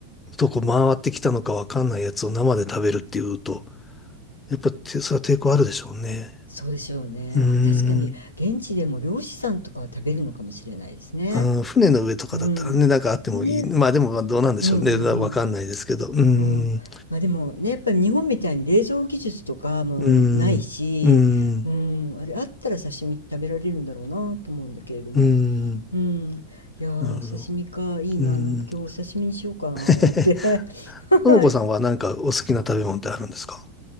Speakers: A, on the left; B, on the left.
A: とこ回ってきたのか分かんないやつを生で食べるっていうと、やっぱてそれは抵抗あるでしょうね。
B: そうでしょうね。
A: うん。
B: あ、確かに現地でも漁師さんとかは食べるのかもしれないですね。
A: うん、船の上とかだったらね、
B: うん、
A: なんかあってもいい。
B: ね、
A: まあでもまあどうなんでしょうね。
B: うんうんうん。
A: わかんないですけど。うー
B: うん、
A: ん、
B: まあでもねやっぱり日本みたいに冷蔵技術とかもないし、
A: うーん、うーん、
B: うん、あれあったら刺身食べられるんだろうなと思うんだけれども、
A: うーん、
B: うん、いやーお刺身かいいな、
A: なるほど。うーん。
B: なんか今日お刺身にしようかなーって
A: <laughs>
B: <laughs>
A: ともこさんはなんかお好きな食べ物ってあるんですか
B: はい、